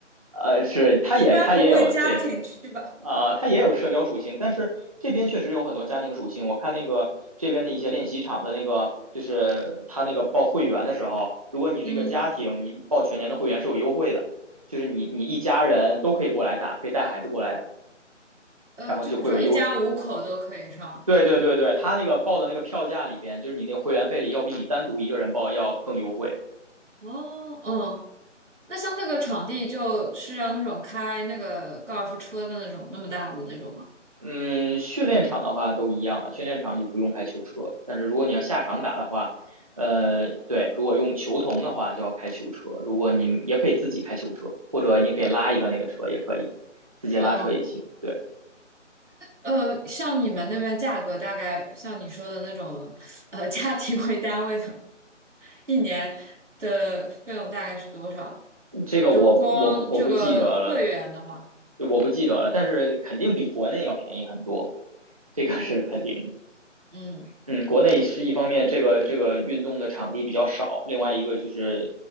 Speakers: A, on the right; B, on the right.
A: 呃是它也它也有对
B: 一般不会家庭去吧？
A: 啊、呃它也有社交属性，但是这边确实有很多家庭属性。我看那个这边的一些练习场的那个，就是他那个报会员的时候，如果你是一个家庭，
B: 嗯，
A: 你报全年的会员是有优惠的，就是你你一家人都可以过来打，可以带孩子过来打，
B: 呃，
A: 然后就会有优。
B: 就比如说一家五口都可以上。
A: 对对对对，他那个报的那个票价里边，就是你那个会员费里，要比你单独一个人报要更优惠。
B: 哦，嗯，那像那个场地就是要那种开那个高尔夫车的那种那么大的那种吗？
A: 嗯，训练场的话都一样了，训练场就不用开球车。但是如果你要下场打的话，呃，对，如果用球童的话就要开球车。如果你也可以自己开球车，或者你可以拉一个那个车也可以，自己拉车也行。
B: 嗯。
A: 对，
B: 呃，像你们那边价格大概像你说的那种，呃，家庭为单位的，一年的费用大概是多少？
A: 这个我我不我不记得了，
B: 就光这个会员的话，
A: 我不记得了，但是肯定比国内要便宜很多，这个是肯定的。
B: 嗯
A: 嗯，国内是一方面，这个这个运动的场地比较少，另外一个就是